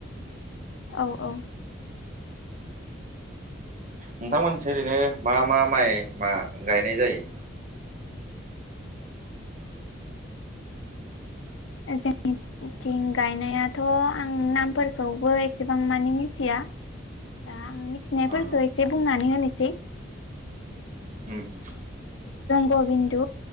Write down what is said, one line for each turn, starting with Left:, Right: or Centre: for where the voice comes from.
Left: औ औ।
Right: नोंथांमोनथि ओरैनो मा मा माइ मा गायनाय जायो?
Left: जोंनि <unintelligible> थिं गायनायाथ' आं नामफोरखौबो एसेबां मानि मिथिया दा आं मिथिनायफोरखो
Right: ओ
Left: एसे बुंनानै होनोसै
Right: उम उम।
Left: गबिन्दु